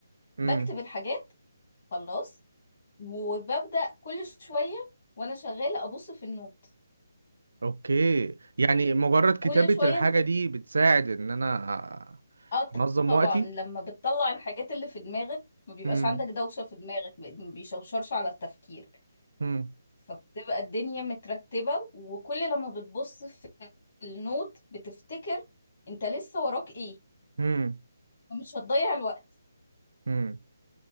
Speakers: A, on the right (about 70°); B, on the left (about 50°).
A: هم
B: بكتب الحاجات خلاص وببدا كل شويه وانا شغاله ابص في النوت
A: اوكي يعني مجرد كتابة
B: فكل شويه
A: الحاجة
B: انت ب-
A: دي بتساعد ان انا
B: اه
A: انظم
B: طبعا
A: وقتي
B: لما بتطلع الحاجات اللي في دماغك ما بيبقاش
A: امم
B: عندك دوشه في دماغك ما ما بيشوشرش على التفكير
A: امم
B: فبتبقى الدنيا مترتبة وكل لما بتبص في النوت بتفتكر انت لسه وراك ايه
A: امم
B: فمش هتضيع الوقت
A: امم